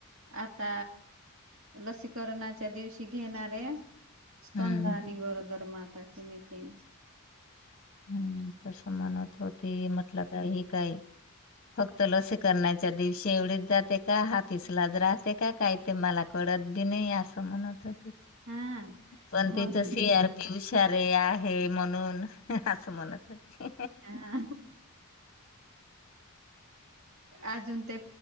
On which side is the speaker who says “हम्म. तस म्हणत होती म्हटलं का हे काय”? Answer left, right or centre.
Left